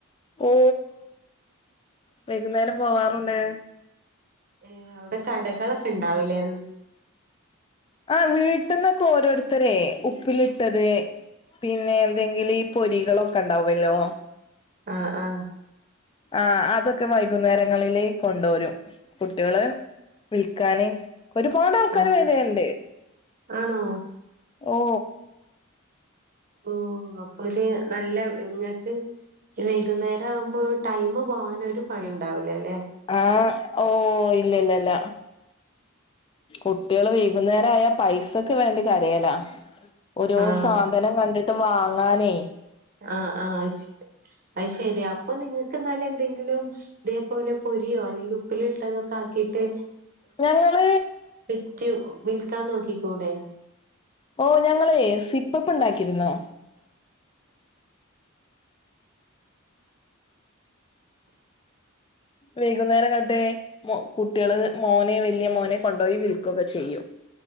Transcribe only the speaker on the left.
ഓ വൈകുന്നേരം പോവാറുണ്ട്
ആ വീട്ടിന്നൊക്കെ ഓരോരുത്തര ഉപ്പിലിട്ടത് പിന്നെ എന്തെങ്കിലും ഈ പൊരികളൊക്കെ ഉണ്ടാവല്ലോ
ആ അതൊക്കെ വൈകുന്നേരങ്ങളില് കൊണ്ടുവരും കുട്ടികള് വിൽക്കാന് ഒരുപാട് ആൾക്കാര്
വരണ്ട്
ഓ
ആഹ് ഓഹ് ഇല്ലില്ലില്ല കുട്ടികൾ വൈകുന്നേരായാ പൈസക്ക് വേണ്ടി കരയല ഓരോ
സാധനം കണ്ടിട്ട് വാങ്ങാനേ
ഞങ്ങള്
ഓഹ് ഞങ്ങളെ സിപ്പപ്പ് ഉണ്ടാക്കിരുന്നു വൈകുന്നേരം ന്നട്ടെ കുട്ടികൾ മോനെ വല്യാ മോനെ കൊണ്ടോയി വിൽകൊക്കെ ചെയ്യും